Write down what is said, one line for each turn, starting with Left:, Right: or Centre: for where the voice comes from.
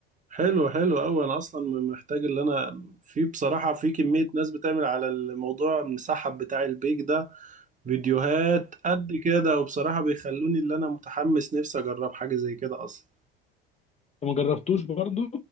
Right: حلو حلو قوي انا اصلا محتاج اللي انا في بصراحه في كميه ناس بتعمل على الموضوع المسحب بتاع البيك ده فيديوهات قد كده وبصراحه بيخلوني اللي انا متحمس نفسي اجرب حاجه زي كده اصلا
Left: ما جربتوش برضو